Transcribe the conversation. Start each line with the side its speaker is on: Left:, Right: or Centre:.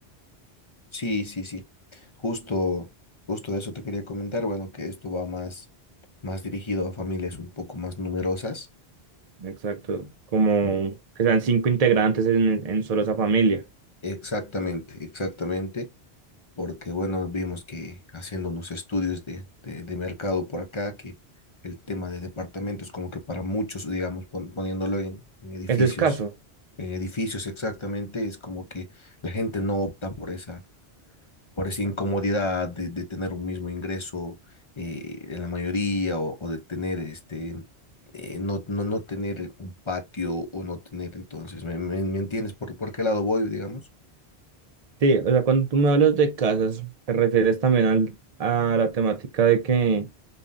Left: Sí, sí, sí. Justo, justo eso te quería comentar. Bueno, que esto va más, más dirigido a familias un poco más numerosas.
Right: Exacto. Como
Left: En-
Right: que sean cinco integrantes en, en solo esa familia.
Left: Exactamente, exactamente. porque bueno, vimos que haciendo unos estudios de, de, de mercado por acá, que el tema de departamentos como que para muchos, digamos, pon- poniéndolo en, en edificios,
Right: Es escaso.
Left: en edificios exactamente, es como que la gente no opta por esa, por esa incomodidad de, de tener un mismo ingreso eh, en la mayoría o, o de tener este... eh, no, no, no tener un patio o no tener, entonces, ¿me, me, me entiendes por, por qué lado voy, digamos?
Right: Sí, o sea, cuando tú me hablas de casas, te refieres también al, a la temática de que